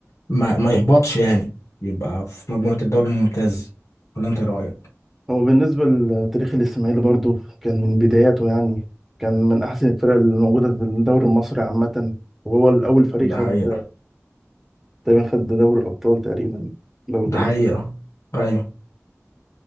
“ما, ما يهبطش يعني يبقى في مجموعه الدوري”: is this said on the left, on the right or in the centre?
Left